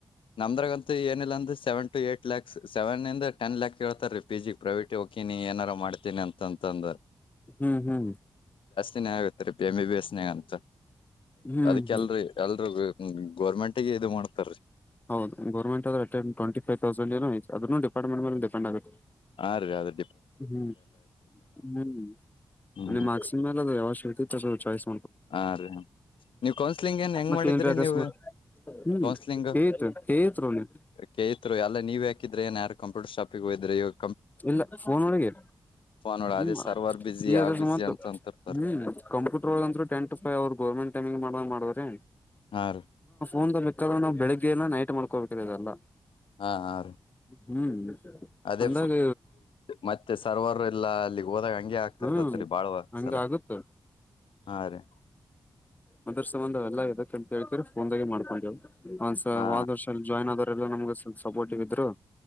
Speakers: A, on the left; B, on the left.
A: ನಮ್ದ್ರಗ್ ಅಂತ ಏನಿಲ್ಲ ಅಂದೆ ಸೆವೆನ್ ಟ ಏಟ್ ಲ್ಯಾಕ್ ಸೆವೆನ್ಂದ ಟನ್ ಲ್ಕ್ ಹೇಳ್ತ ರೀ ಪಿ ಜಿ ಪ್ರೈವೇಟಿ ಹಿನಿ ಏನಾರು ಮಾಡ್ತೀನಿ ಅಂತಂತಂದ್ರ
B: ಹ್ಮ್ ಹ್ಮ್
A: ಿನ ಆಗುತ್ತರಿ ಬಿಮ ಬಿ ಬಿ ಎಸ್ನ ಅಂತ
B: ಹ್ಮ್
A: ಅದಕ್ಕೆಲ್ರಿ
B: ಹ್ಮ್
A: ಎಲ್ರಿಗೂ ಹ್ಮ ಗೋರ್ಮೆಂಟಗ ಇದು ಮಾಡ್ತಾರೀ
B: ಹೌದು ಗೌರ್ಮೆಟ್ ಆದ್ರ ಟ್ವೆಂಟ ಫೈವ ತೌಸಂಡ ಏಐ ಅ್ರೂ ಪಾರ್ಟ್ಮೆಟ್ ಮೇ ಪೆಂಡ್ಗುತ್ತೆ
A: ಆಗ ಅ
B: ಹ್ಮ್ ಹ್ಮ್
A: ಹ್ಮ್
B: ಮಾರ್ಕ್ಸಿ ಮಲ್ಲ ಯಾವ ಶೇಟಿ ತ ಚಸ್
A: ಹಾ ರೀ ನೀವು ಕೌನ್ಸ್ಲಿಂಗ್ ಏನ್ ಹೆಂಗ್
B: ಮತ್
A: ಮಾಡಿದ್ರಿ
B: ಏನ್ರಿ ಅಕಸ್ಮಾತ್
A: ನೀವು
B: ಹ್ಮ್
A: ಕೌನ್ಸ್ಲಿಂಗ್
B: ಏತ್ ಏತ್ ರೋನಿ
A: ಕೇರು ಎಲ್ಲ ನೀವ್ ಹಾಕಿದ್ರೆ ಏನ್ ಯಾರು ಕಂಪ್ಯೂಟರ್ ಶಾಪ್ ಪಗ್ ವದ್ರ ಯೋಗ
B: ಇಲ್ಲ ಫೋನ್ ಒಳಗೆ
A: ಫೋನ್ ನೋಡ
B: ಹ್ಮ್
A: ಅದೇ ಸರ್ವರ್ ಬಿಸಿ
B: ಈ ಅದ
A: ಆ ಬಿಸಿ
B: ಮತ್
A: ಅಂತ ಅಂತಿರ್ತಾರ
B: ಹ್ಮ್ ಕಂಪ್ಯೂಟರ್ ಒಂತೂ ಟೆಂಟ್ ಅವ್ರರು ಗೋರ್ಮೆಂಟ್ ಟೈಮ ಮಾಡ ಮಾಡಿದ್ರ
A: ಹಾ ರೀ
B: ಒಂದು ಬೇಕಾದ್ರೆ ನಾವು ಬೆಳಗ್ಗೆ ಎಲ್ಲ ನೈಟ್ ಮಾಡ್ಕೋಬೇಕದೆಲ್ಲ
A: ಹಾ ಆ
B: ಹ್ಮ್
A: ಅದೇ
B: ಅಂದಾಗ
A: ಮತ್ತೆ ಸರ್ವರ್ ಎಲ್ಲಾ ಅಲ್ಲಿಗೆ ಹೋದಾಗ ಹಂಗೆ ಆಗ್ತಿರ್ತತ್ರಿ
B: ಹ್ಮ್
A: ಬಾಳ್ುವ
B: ಹಂಗ
A: ಸಲ
B: ಆಗುತ್ತ
A: ಹಾ ರೀ
B: ಮದ್ರ ಸಂಬಂಧ ಎಲ್ಲ ಎದಕ್ಕೆ ಅಂತ ಹೇತೀ ಫೋನ್ಾಗೆ ಮಾಡ್ಕೊಂಡವ ಒಂದ್ಸ
A: ಹಾ
B: ವಾದ್ ವರ್ಷ ಜಾಯಿನ್ ಆದರೆಲ್ಲ ನಮಗ ಸ್ವಲ್ಪ ಸಪೋರ್ಟ್ ಿದ್ರು